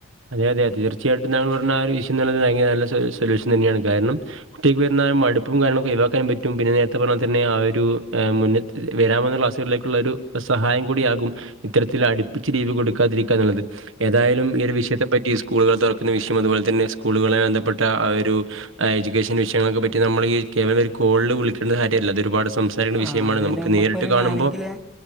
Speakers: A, on the right; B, in the centre.
A: അതെ യതെ, തീർച്ചയായിട്ടും ഞങ്ങൾപർഞ്ഞാരു ഇഷുന്നുള്ളത് ഭയങ്കര നല്ല സൊലു സൊല്യൂഷൻ തന്നെയാണ്. കാര്ണം ഒറ്റയ്ക്ക് വര്ന്നാ മട് പ്പും കാര്ണൊക്കെ ഒയിവാക്കാനും പറ്റും. പിന്നെ നേര്ത്തെ പറഞ്ഞപോലെ തന്നെ ആ ഒരു ഏ മുന്നെ വെരാവുന്ന ക്ലാസുകളിലേക്ക്ള്ളരു സഹായം കൂടിയാകും. ഇത്തരത്തിലട്പ്പിച്ച് ലീവ് കൊട്ക്കാതിരിക്കാ നല്ലത്. ഏതായാലും ഈ ഒരു വിഷയ പറ്റിഈ സ്കൂള്കൾ തൊറക്കുന്ന വിഷും അത്പോലെ തന്നെ സ്കൂളുകളെ ബന്ധപ്പെട്ട ആ ഒരു ആഹ് എജുക്കേഷൻ വിഷയങ്ങൾക്കൊക്കെ പറ്റി നമ്മള്ഈ കേവലം ഒരു കോൾള് വിളിക്കേണ്ട കാര്യ അല്ലത് ഒരുപാട് സംസാരിക്കണ്ട
B: ആഹ്
A: വിഷയമാണ്
B: അതിന്
A: നമുക്ക്
B: നമ്മക്കൊരു
A: നേരിട്ട് കാണുമ്പൊ
B: വേണെങ്കില്